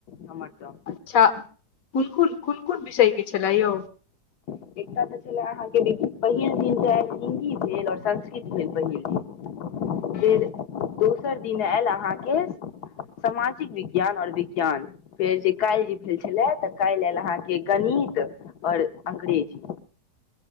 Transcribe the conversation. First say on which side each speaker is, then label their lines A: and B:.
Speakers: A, on the left; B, on the left.
A: हमर तऽ
B: अछा कुन कुन कुन कुन विषय के छलै यौ
A: एकटा तऽ छला अहाँके पहिल दिन त आल हिन्दी भेल आओर संस्कृत भेल पहिल दिन
B: हूँ
A: फेर दोसर दिन आयल अहाँके सामाजिक विज्ञान आओर विज्ञान फेर जे काल्हि जे भेल छलए तऽ काल्हि आयल अहाँके गणित आओर अ्ंग्रेजी